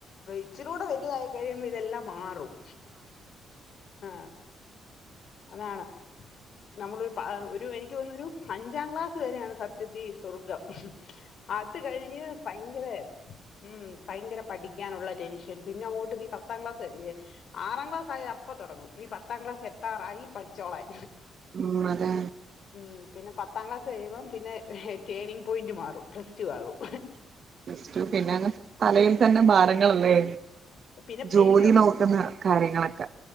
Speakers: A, on the left (about 60°); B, on the right (about 50°).
A: വ ഇച്ചിലൂട വലുതായി കഴിയുമ്പ ഇതെല്ലാം മാറും ആഹ്. അതാണ് നമ്മള്. പ ഒരു എനിക്ക്യോന്നു ഒരു അഞ്ചാം ക്ലാസ് വരെണ് സത്യതി സ്വർഗം. അത് കഴിഞ്ഞ് ഭയങ്കരെ. ഉം ഭയങ്കര പഠിക്ക്യാനുള്ള ടെൻഷൻ പിന്നങ്ങോട്ട് നീ പത്താം ക്ലാസ് വരെ. ആറാം ക്ലാസ് ആയ അപ്പ തൊടങ്ങും നീ പത്താം ക്ലാസ് എത്താറായി പഠിച്ചോളാൻ.
B: ഉം അതെ.
A: ഉം പിന്നെ പത്താം ക്ലാസ് കഴിയുമ്പം പിന്നെ ടേണിങ് പോയിന്റ് മാറും പ്ലസ് ടു ആകും.
B: റ്റു പിന്നങ് തലയിൽ തന്നെ ഭാരങ്ങളല്ലേ
A: പിന്നെ
B: ജോലി
A: എനിക്ക് തോന്നുന്നു
B: നോക്ക്ന്ന. കാര്യങ്ങളൊക്ക.